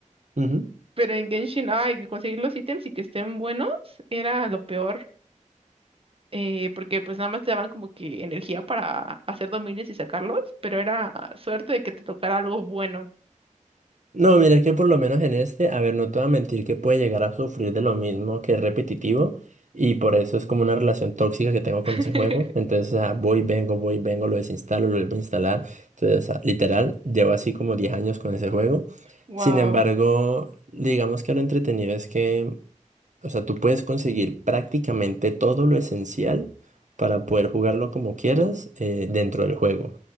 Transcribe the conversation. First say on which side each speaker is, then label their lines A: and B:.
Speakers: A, on the right; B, on the right.
A: Ujú.
B: Pero en Genshin, ay, conseguir los ítems y que estén buenos era lo peor, eh, porque pues nada más te daban como que energía para hacer dominios y sacarlos, pero era suerte de que te tocara algo bueno.
A: No, mira que por lo menos en este, a ver, no te voy a mentir que puede llegar a sufrir de lo mismo que es repetitivo y por eso es como una relación tóxica que tengo
B: <laughs>
A: con ese juego. Entonces, o sea, voy, vengo, voy, vengo, lo desinstalo, lo vuelvo a instalar. Entonces, o sea, literal, llevo así como 10 años con ese juego.
B: Wow.
A: Sin embargo, digamos que lo entretenido es que o sea, tú puedes conseguir prácticamente todo lo esencial para poder jugarlo como quieras eh, dentro del juego.